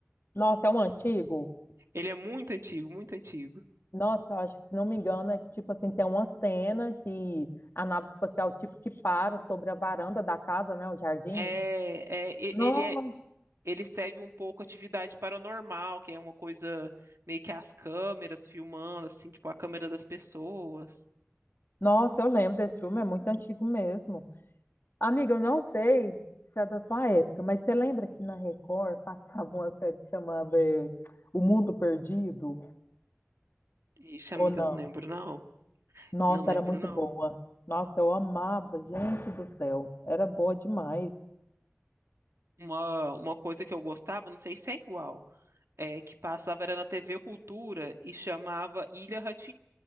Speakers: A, on the left (about 55°); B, on the right (about 75°).
A: Nossa, é um antigo.
B: Ele é muito antigo, muito antigo.
A: Nossa, eu acho que, se não me engano, é que, tipo assim, tem uma cena que a nave espacial, tipo, que para sobre a varanda da casa, né, o jardim.
B: É, é, e-
A: não
B: ele, é- ele segue um pouco atividade paranormal, que é uma coisa meio que as câmeras filmando, assim, tipo a câmera das pessoas.
A: nossa, eu lembro desse filme, é muito antigo mesmo. Amiga, eu não sei se é da sua época, mas você lembra que na Record <laughs> passava uma série que chamava eh, O Mundo Perdido?
B: Ixi, amiga,
A: Ou não?
B: eu não lembro, não.
A: Nossa,
B: Eu Não lembro,
A: era muito
B: não.
A: boa. Nossa, eu amava, gente do céu. Era boa demais.
B: Uma, uma coisa que eu gostava, não sei se é igual. é, que passava era na TV Cultura e chamava Ilha rá